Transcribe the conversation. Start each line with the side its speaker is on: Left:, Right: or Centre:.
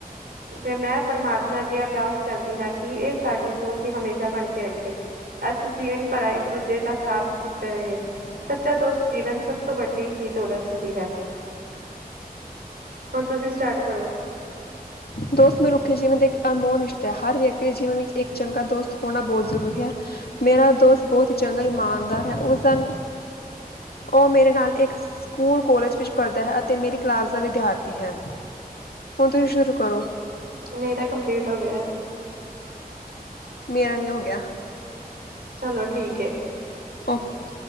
Right: ਤੇ ਮੈਂ ਪ੍ਰਮਾਤਮਾ ਅੱਗੇ ਅਰਦਾਸ ਕਰਦੀ ਹਾਂ ਕਿ ਏਹ ਸਾਡੀ ਦੋਸਤੀ ਹਮੇਸ਼ਾ ਬਣ ਕੇ ਰੱਖੇ। ਅਸੀਂ ਜੀਵੇਨ ਭਰਾ ਇੱਕ ਦੂਜੇ ਦਾ ਸਾਥ ਦਿੱਤੇ ਰਹੇ। ਸੱਚਾ ਦੋਸਤ ਜੀਵਨ ਸਭ ਤੋਂ ਵੱਡੀ ਹੀ ਦੌਲਤ ਹੁੰਦੀ ਹੈ‌। ਹੁਣ ਤੁਸੀਂ ਸਟਾਰਟ ਕਰੋ।
Left: ਦੋਸਤ ਮਨੁੱਖੀ ਜੀਵਨ ਦਾ ਇੱਕ ਅਨਮੋਲ ਰਿਸ਼ਤੈ, ਹਰ ਵਿਅਕਤੀ ਦੇ ਜੀਵਨ ਵਿੱਚ ਇੱਕ ਚੰਗਾ ਦੋਸਤ ਹੋਣਾ ਬੋਹਤ ਜ਼ਰੂਰੀ ਹੈ। ਮੇਰਾ ਦੋਸਤ ਬਹੁਤ ਈ ਚੰਗਾ ਇਮਾਨਦਾਰ ਹੈ ਉਸ ਦਿਨ, ਓਹ ਮੇਰੇ ਨਾਲ ਏਕ ਸਕੂਲ, ਕੋਲੇਜ ਵਿੱਚ ਪੜ੍ਹਦਾ ਹੈ ਅਤੇ ਮੇਰੀ ਕਲਾਸ ਦਾ ਵਿਦਿਆਰਥੀ ਹੈ। ਹੁਣ ਤੁਸੀਂ ਸ਼ੁਰੂ ਕਰੋ।
Right: ਮੇਰਾ ਕੰਪਲੀਟ ਹੋ ਗਿਆ।
Left: ਮੇਰਾ ਵੀ ਹੋ ਗਿਆ।
Right: ਚਲੋ, ਠੀਕ ਏ।
Left: ਓਕੇ!